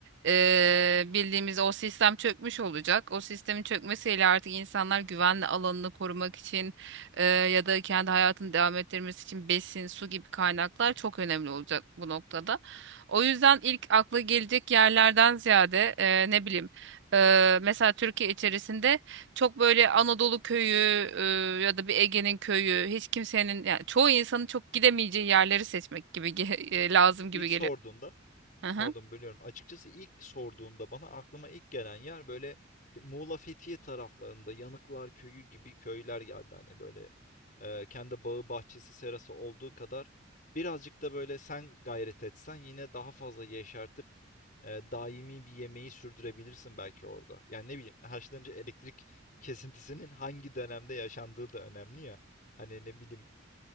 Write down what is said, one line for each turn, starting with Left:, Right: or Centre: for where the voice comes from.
Right: eee, bildiğimiz o sistem çökmüş olacak. O sistemin çökmesiyle artık insanlar güvenli alanını korumak için eee, ya da kendi hayatını devam ettirmesi için besin, su gibi kaynaklar çok önemli olacak bu noktada. O yüzden ilk akla gelecek yerlerden ziyade eee, ne bileyim eee, mesela Türkiye içerisinde çok böyle Anadolu köyü e, ya da bir Ege'nin
Left: Değil mi?
Right: köyü
Left: Değil mi?
Right: hiç kimsenin yani çoğu insanın çok
Left: A-
Right: gidemeyeceği yerleri seçmek gibi ge-
Left: Açıkçası
Right: e, lazım
Left: ilk
Right: gibi
Left: sorduğunda,
Right: geliyor. Hı hı,
Left: pardon bölüyorum. Açıkçası ilk sorduğunda bana aklıma ilk gelen yer böyle Fe- Muğla Fethiye taraflarında Yanıklar Köyü gibi köyler geldi hani böyle e, kendi bağı bahçesi serası olduğu kadar birazcık da böyle sen gayret etsen yine daha fazla yeşertir e, daimi bir yemeği sürdürebilirsin belki orada. Yani ne bileyim haşlanınca elektrik kesintisinin hangi dönemde yaşandığı da önemli ya. Hani ne bileyim